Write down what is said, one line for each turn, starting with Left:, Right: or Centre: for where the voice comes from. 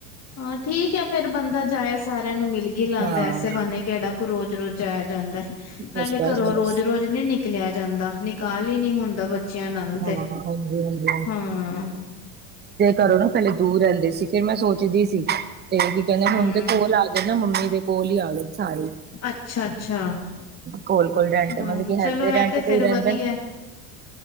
Left: ਹਾਂ ਠੀਕ ਹੈ ਫਿਰ ਬੰਦਾ ਜਾਏ ਸਾਰਿਆਂ ਨੂੰ ਮਿਲ ਗਿਲ ਆਉਂਦਾ
Right: ਹਾਂ
Left: ਐਸੇ ਬਹਾਨੇ ਕਿਹੜਾ। ਰੋਜ਼ ਰੋਜ਼ ਜਾਇਆ ਜਾਂਦਾ ਨਾਲੇ
Right: ਬਸ ਬਸ
Left: ਘਰੋਂ
Right: ਬਸ।
Left: ਰੋਜ਼ ਰੋਜ਼ ਨੀ ਨਿਕਲਿਆ। ਜਾਂਦਾ ਨਿਕਾਲ ਹੀ ਨਹੀਂ ਹੁੰਦਾ ਬੱਚਿਆਂ ਨਾਲ
Right: ਹਾਂ
Left: ਤੇ
Right: ਹਾਂਜੀ ਹਾਂਜੀ
Left: ਹਾਂ।
Right: ਘਰੋ ਨਾ ਪਹਿਲੇ ਦੂਰ ਰਹਿੰਦੇ ਸੀ। ਫਿਰ ਮੈਂ ਸੋਚਦੀ ਸੀ ਤੇ ਕੀ ਕਹਿੰਦੇ
Left: ਹੂੰ,
Right: ਹੁਣ ਤੇ ਕੋਲ ਆਗੇ ਨਾ ਮੰਮੀ ਦੇ। ਕੋਲ ਹੀ ਆਗੇ ਸਾਰੇ
Left: ਅੱਛਾ-ਅੱਛਾ,
Right: ਕੋਲ ਕੋਲ ਡੈਂਟ
Left: ਹਾਂ
Right: ਮਤਲਬ ਕੀ ਹੈ
Left: ਚਲੋ
Right: ਰਹਿੰਦੇ ਰੈਟ।
Left: ਐ ਫੇਰ
Right: ਤੇ ਰਹਿੰਦੇ
Left: ਵਧੀਆ